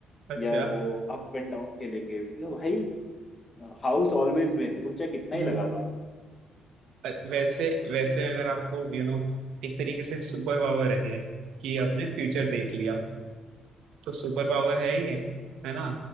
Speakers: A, on the right; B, on the left.
A: अच्छा
B: या वो अप एंड डाउन खेलेंगे मैं कहा, भाई हाउस ऑलवेज विन तुम चाहे कितना
A: हम्म,
B: ही लगा लो
A: अ- वैसे वैसे अगर आपको यू you नो know, एक तरीके से सुपर पावर है कि आपने फ्यूचर देख लिया तो सुपर पावर है ये है ना